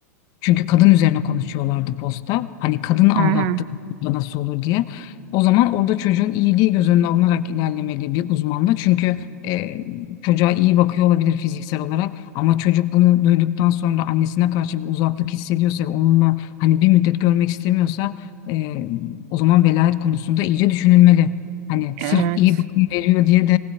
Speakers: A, on the left; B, on the right.
A: çünkü kadın üzerine konuşuyorlardı posta. Hani kadını
B: Hı
A: aldattı
B: hı.
A: da nasıl olur diye. O zaman orada çocuğun iyiliği göz önüne alınarak ilerlemeli bir uzmanla. Çünkü e, çocuğa iyi bakıyor olabilir fiziksel olarak ama çocuk bunu duyduktan sonra annesine karşı bir uzaklık hissediyorsa ve onunla hani bir müddet görmek istemiyorsa e, o zaman velayet konusunda iyice düşünülmeli. Hani
B: Evet.
A: sırf iyi bakım veriyor diye de